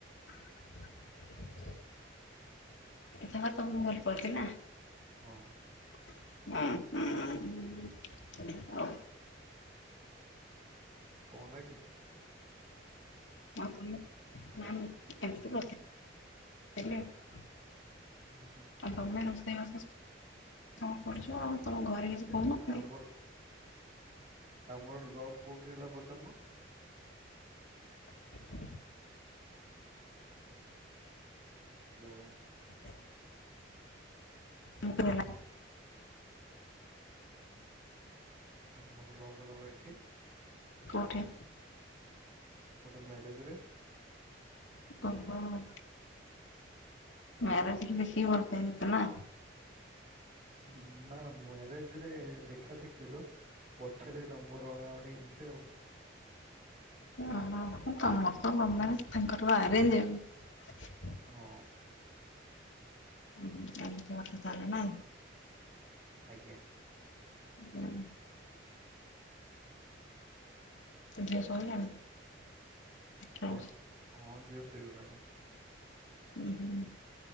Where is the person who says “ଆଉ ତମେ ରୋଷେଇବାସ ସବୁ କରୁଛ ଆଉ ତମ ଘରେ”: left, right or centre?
Left